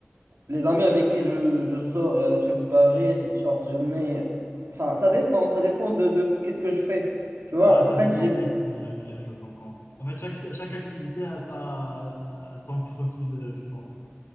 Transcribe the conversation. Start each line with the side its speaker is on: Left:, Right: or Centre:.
Right: Les amis avec qui je, je sors euh, sur Paris, genre, je mets... Enfin, ça dépend, ça dépend de, de qu'est-ce que je fais. Tu vois,
Left: Ah, ça
Right: en fait,
Left: dépend,
Right: j'ai...
Left: oui. Oui, ok, je comprends. En fait, chaque, chaque activité a, sa, a son profil, euh, je pense.